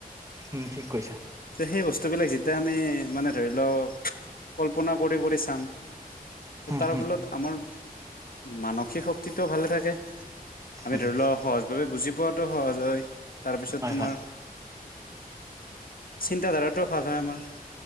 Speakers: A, on the right; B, on the left.
A: উম, ঠিক কৈছা।
B: তে, সেই বস্তুবিলাক যেতিয়া আমি মানে ধৰি লওঁ, কল্পনা কৰি কৰি চাম। ত'
A: উম
B: তাৰ
A: উম
B: ফলত আমাৰ মানসিক শক্তিটোও ভালে থাকে। মানে
A: উম
B: ধৰি লওঁ, সহজ ভাৱে বুজি পোৱাতো সহজ হয়। তাৰপিছত
A: হয়
B: তোমাৰ
A: হয়
B: চিন্তাধাৰাটোও ভাল হয় আমাৰ।